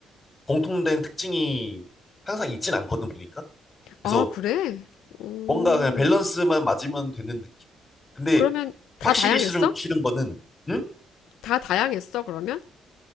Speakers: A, on the left; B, on the left.
A: 공통된 특징이 항상 있진 않거든 보니까. 그래서
B: 아, 그래? 오,
A: 뭔가 그냥 밸런스만 맞으면 되는 느낌? 근데
B: 그러면 다
A: 확실히
B: 다양했어?
A: 싫은 싫은 거는 응?
B: 다 다양했어, 그러면?